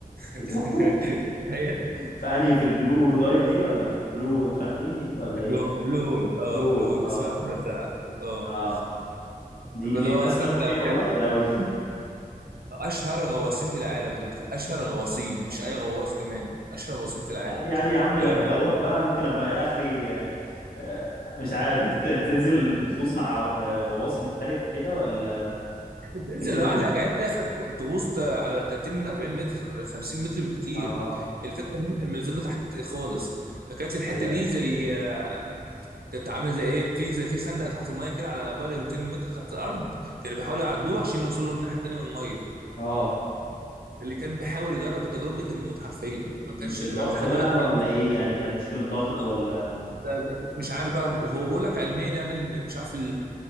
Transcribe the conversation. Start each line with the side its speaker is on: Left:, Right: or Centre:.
Right: <laughs>
Left: بتروحوا
Right: هي
Left: فأنهي في البلو دايف دي ولا في بلو مش عارف إيه ولا إيه
Right: بلو بلو هول اه
Left: بلو
Right: بلو
Left: هول
Right: هول
Left: اه
Right: اسمها الحمرا الزرقاء اه
Left: اه دي
Right: لو
Left: ناس
Right: اصلا
Left: ماتوا
Right: انت
Left: فيها
Right: هتخاف
Left: والله يا لوي
Right: اشهر غواصين في العالم انت بتخ... اشهر غواصين مش اي غواص كمان اشهر غواصين
Left: <laughs>
Right: في العالم
Left: عادي عادي يا عم لما
Right: آه،
Left: أروح بقى ممكن أبقى آخري آه، آه، مش عارف أنت بت- بتنزل بتغوص مع آه، غواص محترف وكده ولا
Right: انت بتنزل
Left: بتنزل
Right: لوحدك عادي يا أخي تغوص على 30 40 متر 50 متر بالكتير
Left: اه
Right: الفكره ان هم كانوا بينزلوا تحت خالص فكانت في الحته
Left: أيوه
Right: دي
Left: أيوة.
Right: زي آه، كانت عامله زي ايه في زي في خندق تحت الميه كده على بعد 200 متر تحت الارض كانوا بيحاولوا يعدوه عشان يوصلوا للناحيه التانيه من الميه
Left: اه
Right: اللي كان بيحاول يجرب التجربه دي كان بيموت حرفيا ما
Left: مم،
Right: كانش
Left: بالضغط
Right: ما في لحد
Left: بقى
Right: دلوقتي
Left: ولا
Right: الناس
Left: ايه يعني كان مشكلة ضغط
Right: بالظبط
Left: ولا
Right: ده- ده- مش عارف بقى هو بيقول لك علميا يعني ان مش عارف